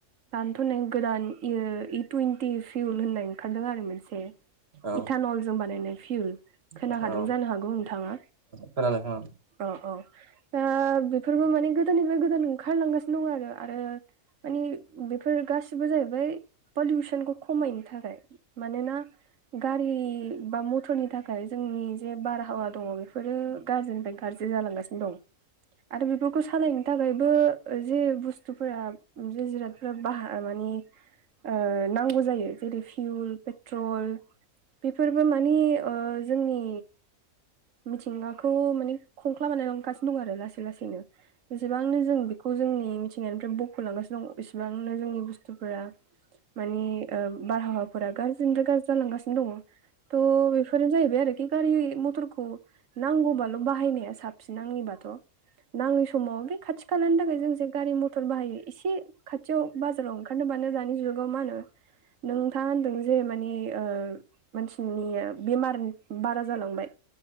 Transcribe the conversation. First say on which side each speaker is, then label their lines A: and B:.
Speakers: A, on the right (about 65°); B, on the right (about 45°).
A: दानोथ' नै गोदान इ टुइन्टि फिउल होननाय ओंखारदों आरो मोनसे।
B: औ
A: इथान'ल जों बानायनाय फिउल
B: <unintelligible>
A: खोनाखादों जानो हागौ नोंथाङा
B: खोनादों खोनादों
A: औ औ दा बेफोरबो माने गोदाननिफ्राय गोदान ओंखारलांगासिनो दं आरो आरो मानि बेफोर गासिबो जाहैबाय पलिउसनखौ खमायनो थाखाय मानोना गारि बा मथरनि थाखाय जोंनि जे बारहावा दङ बेफोरो गाज्रिनिफ्राय गाज्रि जालांगासिनो दं आरो बेफोरखौ सालायनो थाखायबो जे बुस्थुफोरा जे जिरादफोरा बाह मानि ओ नांगौ जायो जेरै फिउल पेट्रल बेफोरबो मानि ओ जोंनि मिथिंगाखौ माने खंख्ला बानायलांगासिनो दं आरो लासै लासैनो। बेसेबांनो जों बेखौ जोंनि मिथिंगानिफ्राय बख'लांगासिनो दं इसेबांनो जोंनि बुस्थुफोरा मानि ओ बारहावाफोरा गाज्रिनिफ्राय गाज्रि जालांगासिनो दङ। थ' बेफोरनो जाहैबाय आरोखि गारि मथरखौ नांगौबाल' बाहायनाया साबसिन आंनिबाथ' नाङै समाव बे खाथि खालानि थाखाय जों जे गारि मथर बाहायो एसे खाथियाव बाजार ओंखारनो बानो दानि जुगाव मा होनो नोंथाङा होनदों <unintelligible> जे माने ओ मानसिनि बेमार बारा जालांबाय।